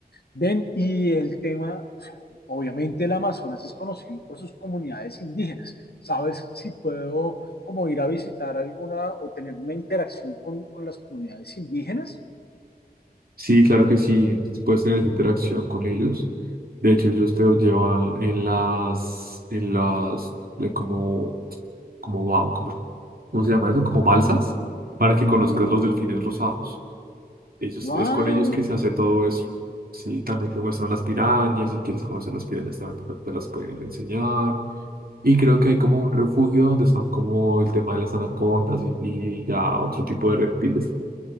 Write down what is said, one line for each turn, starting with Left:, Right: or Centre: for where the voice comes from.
Left: Ven, y el tema Obviamente el Amazonas es conocido por sus comunidades indígenas. ¿Sabes si puedo como ir a visitar alguna o tener una interacción con, con las comunidades indígenas?
Right: Sí, claro que sí, puedes tener esa interacción con ellos. De hecho, ellos te llevan en las, en las, de como, como, ba- como- ¿cómo se llama eso? Como balsas, para que conozcas los delfines rosados. Ellos,
Left: ¡Wow!
Right: es con ellos que se hace todo eso. Sí, también te muestran las pirañas, si quieres conocer las pirañas también te te las pueden enseñar. Y creo que hay como un refugio donde están como el tema de las anacondas y, y ya otro tipo de reptiles.